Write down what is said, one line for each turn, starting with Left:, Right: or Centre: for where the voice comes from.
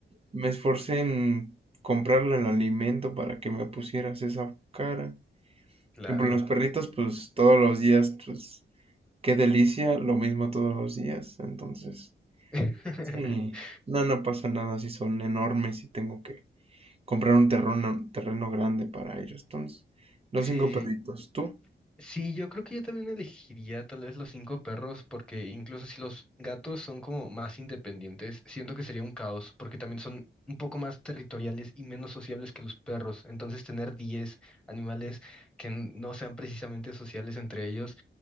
Right: Me esforcé en comprarle el alimento para que me pusieras esa cara.
Centre: Claro.
Right: Y por los perritos, pues todos los días, pues qué delicia, lo mismo todos los días. Entonces,
Centre: <laughs>
Right: sí, no, no pasa nada si son enormes y tengo que comprar un terreno, terreno grande para ellos. Entonces, los
Centre: Sí,
Right: cinco perritos, tú,
Centre: sí, yo creo que yo también elegiría tal vez los cinco perros, porque incluso si los gatos son como más independientes, siento que sería un caos, porque también son un poco más territoriales y menos sociables que los perros. Entonces, tener 10 animales que n- no sean precisamente sociales entre ellos